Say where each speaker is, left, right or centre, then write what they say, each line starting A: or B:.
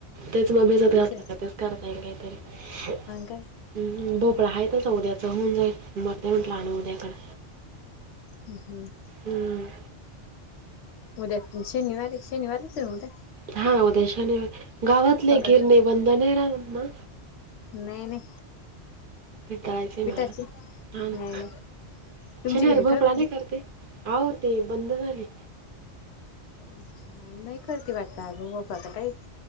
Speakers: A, on the right; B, on the left.
A: तेच मग भिजत
B: मग
A: घातलं का तेच करता येईल काहीतरी
B: काय
A: भोपळा आहेतच उद्याचं होऊन जाईल मरत म्हटलं आणि उद्याकडं.
B: ह हं
A: हम्म
B: मद्या शनिवारी शनिवारचर उदया?
A: हा उद्याशाने गावातले
B: करता.
A: गिरणे बंध नाही राहत ना?
B: नाही नाही.
A: पीठधळायचं आहे
B: पिठाची
A: मला
B: नाही
A: हा ना
B: नाही तुमची
A: शनर
B: घरी
A: बपळा
B: खराब झाली.
A: नाही करते. होह ते बंद झाले.
B: अच्छा नाही करती वाटत अ गता काही